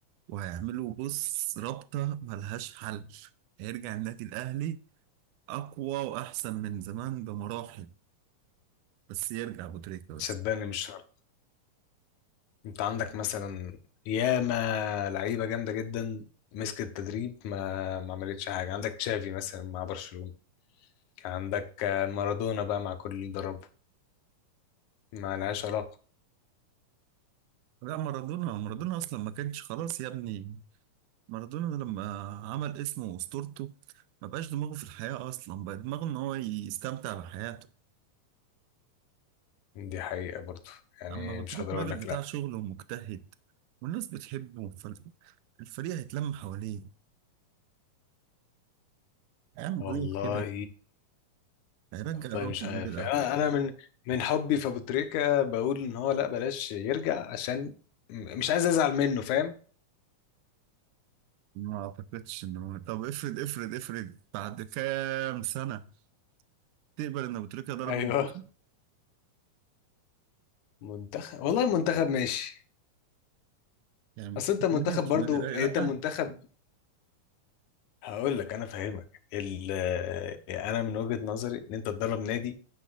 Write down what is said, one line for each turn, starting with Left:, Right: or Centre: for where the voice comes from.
Right: وهيعملوا بص رابطة ملهاش حل هيرجع النادي الاهلي اقوى واحسن من زمان بمراحل بس يرجع ابو تريكة
Left: صدقني
Right: بس
Left: مش شرط انت عندك مثلا ياما لعيبه جامده جدا مسكت التدريب ما ما عملتش حاجه عندك تشافي مثلا مع برشلونه عندك مارادونا بقى مع كل اللي دربه ما لهاش علاقه
Right: لا مارادونا مارادونا اصلا ما كانش خلاص يا ابني مارادونا لما عمل اسمه واسطورته ما بقاش دماغه في الحياة اصلا بقى دماغه ان هو يستمتع بحياته
Left: دي حقيقه برضه يعني
Right: اما ابو
Left: مش
Right: تريكه
Left: هقدر
Right: راجل
Left: اقول لك
Right: بتاع
Left: لا
Right: شغل ومجتهد والناس بتحبه فالفريق هيتلم حواليه هيعمل
Left: والله
Right: روح كده هيرجع
Left: والله
Right: الروح
Left: مش
Right: للنادي
Left: عارف
Right: الاهلي
Left: يعني انا انا <laughs> من من حبي في ابو تريكه بقول ان هو لا بلاش يرجع عشان م- مش عايز ازعل منه فاهم
Right: ما اعتقدش ان هو طب افرض افرض افرض بعد كام سنه تقبل ان ابو تريكه ضرب
Left: ايوه
Right: المنتخب
Left: منتخب والله منتخب ماشي
Right: يعني ما
Left: اصل
Right: تقبلهاش
Left: انت منتخب برضو
Right: النادي الاهلي
Left: انت
Right: لا
Left: منتخب هقول لك انا فاهمك ال... انا من وجهة نظري ان انت تدرب نادي